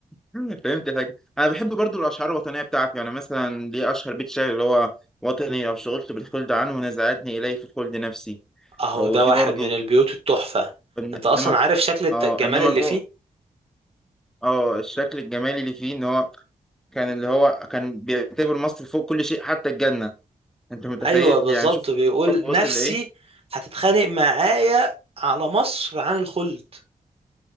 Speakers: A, in the centre; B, on the right.
A: <laughs> فهمت الحاجة انا بحب برضو الاشعار الوطنيه بتاعته يعني مثلا ليه اشهر بيت شعر اللي هو وطني لو شغلت بالخلد عنه نزعتني اليه في الخلد نفسي
B: اهو
A: او
B: ده
A: في
B: واحد
A: برضو
B: من البيوت التحفة
A: إن-
B: انت اصلا
A: انما
B: عارف شكل الت-
A: اه
B: الجمال
A: انما
B: اللي
A: الأو...
B: فيه
A: اه الشكل الجمالي اللي فيه ان هو كان اللي هو كان بيعتبر مصر فوق كل شيء حتى الجنه انت متخيل
B: ايوه بالظبط
A: يعني شوف
B: بيقول
A: شوف الحب وصل
B: نفسي
A: لايه
B: هتتخانق معايا على مصر عن الخلد